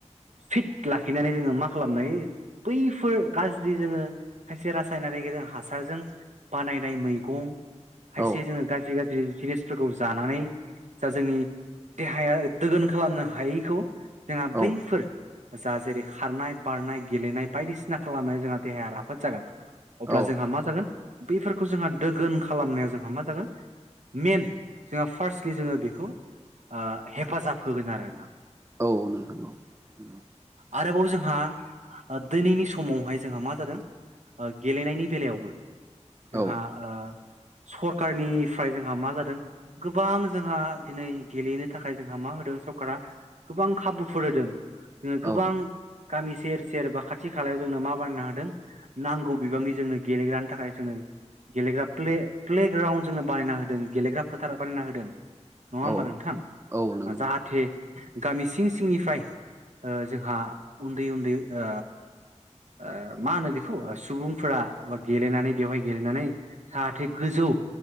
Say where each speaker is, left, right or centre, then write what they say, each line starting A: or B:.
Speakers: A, on the right; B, on the right.
A: फिट लाखिनानै जोङो मा खालामनो हायो बैफोर गाज्रि जोङो खायसे रासायनारि हासारजों बानायनाय मैगं खायसे
B: औ
A: जोङो गाज्रि गाज्रि जिनिसफोरखौ जानानै जा जोंनि देहाया दोगोन खालामनो हायैखौ जोंहा
B: औ
A: बैफोर जा जेरै खारनाय बारनाय गेलेनाय बायदिसिना खालामनायाव जोंहा देहाया राफोद जागोन अब्ला
B: औ
A: जोंहा मा जागोन बेफोरखौ जोंहा दोगोन खालामनायाव जोंहा मा जागोन मेन जोंहा फार्स्टलि जोङो बेखौ ओ हेफाजाब होगोन आरो नोंथां
B: औ औ नोंथां औ उम
A: आरोबाव जोंहा ओ दिनैनि समावहाय जोंहा मा जादों ओ गेलेनायनि बेलायावबो जोंहा
B: औ
A: ओ सरखारनिफ्राय जोंहा मा जादों गोबां जोंहा दिनै गेलेनो थाखाय जोंहा मा होदों सरकारा गोबां खाबुफोर होदों जोंहा गोबां
B: औ
A: गामि सेर सेर बा खाथि खालायाव जोंनो मा बानायनो हादों नांगौ बिबांनि जोंनो गेलेग्रानि थाखाय जोंनो गेलेग्रा प्ले प्लेग्राउन्ड जोंनो बानायना होदों गेलेग्रा फोथाराव बानायना होदों नङा
B: औ
A: होमबा नोंथां
B: औ नंगौ
A: जाहाथे गामि सिं सिंनिफ्राय जोंहा उन्दै उन्दै ओ ओ मा होनो बेखौ सुबुंफोरा बा गेलेनानै बेवहाय गेलेनानै जाहाथे गोजौ